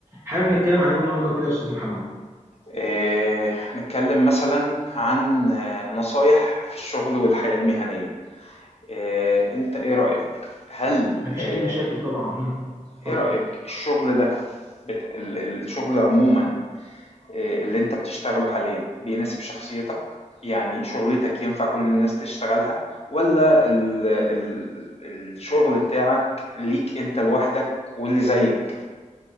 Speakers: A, on the right; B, on the left.
A: حابب نتكلم على ايه النهارده كده يا استاذ محمد
B: آه، نتكلم مثلا عن آه، نصايح في الشغل والحياة المهنية آه، انت ايه رأيك هل
A: مفيش
B: آه،
A: اي مشاكل طبعا مم. اتفضل
B: ايه رأيك الشغل ده بت... ال- ال- الشغل عموما آه، اللي انت بتشتغله حاليا بيناسب شخصيتك يعني شغلتك ينفع كل الناس تشتغلها ولا ال... ال... الشغل بتاعك ليك انت لوحدك واللي زيك